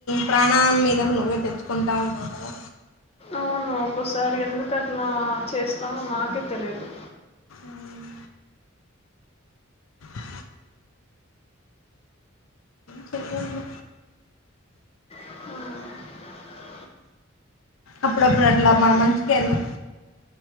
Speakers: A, on the left; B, on the left.
A: ప్రాణాం మీదకు నువ్వే తెచ్చుకుంటా ఉంటావు కదా
B: అవును ఒక్కోసారి ఎందుకట్లా చేస్తానో నాకే తెలీదు
A: ఉమ్ <inaudible> చెల్లేందో
B: ఆ
A: అప్పుడప్పుడు అట్లా మన మంచికే అన్నీ